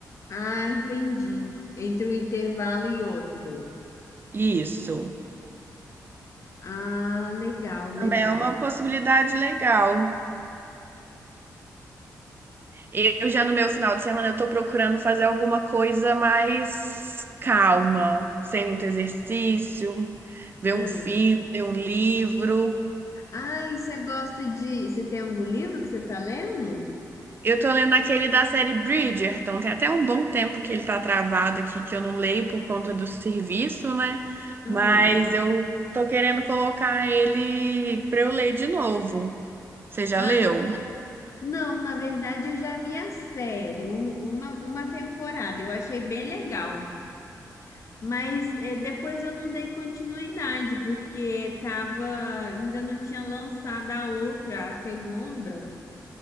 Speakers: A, on the left (about 50°); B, on the right (about 35°).
A: Ah, entendi. Entre um intervalo e outro.
B: Isso.
A: Ah, legal,
B: Também
A: legal.
B: é uma possibilidade legal. Eu já no meu final de semana eu tô procurando fazer alguma coisa mais calma, sem muito exercício, ver
A: Ah,
B: um filme, ler um livro.
A: ah, e você gosta de. Você tem algum livro que você está lendo?
B: Eu tô lendo aquele da série Bridgerton. Tem até um bom tempo que ele tá travado aqui, que eu não leio por conta do serviço, né?
A: Ah,
B: Mas eu tô querendo colocar ele pra eu ler de novo. Você já
A: ah,
B: leu?
A: não, na verdade eu já vi a série, um- uma, uma temporada, eu achei bem legal. Mas é, depois eu não dei continuidade, porque tava, ainda não tinha lançado a outra, a segunda.